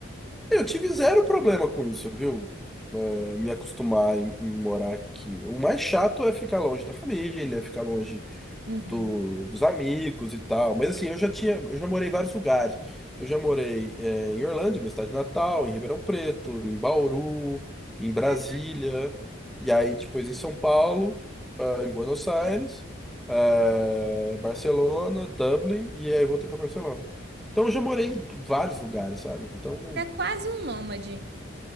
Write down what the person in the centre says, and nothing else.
Eu tive zero problema com isso, viu? Eh, me acostumar em, em morar aqui. O mais chato é ficar longe da família, ficar longe
do- dos amigos e tal. Mas assim, eu já tinha, eu já morei em vários lugares. Eu já morei, eh, em Orlândia, minha cidade natal, em Ribeirão Preto, em Bauru, em Brasília,
e aí depois em São Paulo, ah, em Buenos Aires, eh, Barcelona, Dublin, e aí voltei para Barcelona. Então eu já morei em vários lugares, sabe? Então